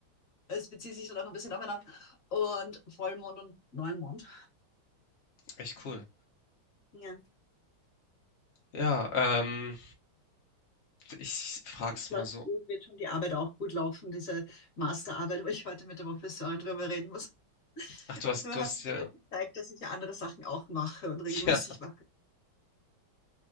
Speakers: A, on the left; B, on the left.
A: Es bezieht sich so noch ein bisschen aufeinander. Und Vollmond und Neumond.
B: Echt cool.
A: Ja,
B: Ja, ähm, Ich frag's
A: es läuft
B: mal so.
A: gut, wird schon die Arbeit auch gut laufen, diese Masterarbeit, wo ich heute mit der Professorin drüber reden muss.
B: Ach, du hast,
A: Du hast
B: du hast
A: mir
B: ja,
A: gezeigt, dass ich ja andere Sachen auch mache und regelmäßig
B: <laughs> ja.
A: mache.